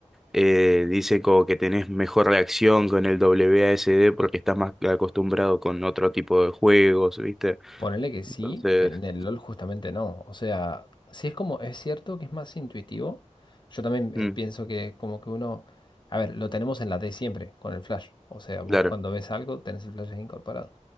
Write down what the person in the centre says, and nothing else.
eh, dice como que tenés mejor reacción con el W A S D porque estás más acostumbrado con otro tipo de juegos, ¿viste?
Entonces,
mm,
claro,